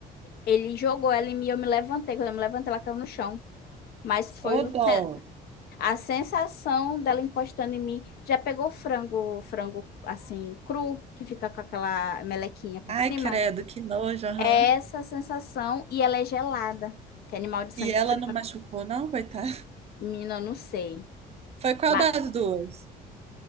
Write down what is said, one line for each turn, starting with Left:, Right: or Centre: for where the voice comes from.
Left: Ele jogou ela em mim, eu me levantei. Quando eu me levantei, ela caiu no chão. Mas foi
Right: Ô, dó.
Left: o sen- a sensação dela encostando em mim. Já pegou frango, frango assim, cru, que fica com aquela melequinha por
Right: Ai,
Left: cima?
Right: credo, que nojo, aham.
Left: É essa a sensação e ela é gelada. Que é animal de sangue
Right: E ela
Left: frio,
Right: não
Left: né?
Right: machucou, não, coitada? <laughs>
Left: Menina, eu não sei.
Right: Foi qual
Left: Mas
Right: das duas?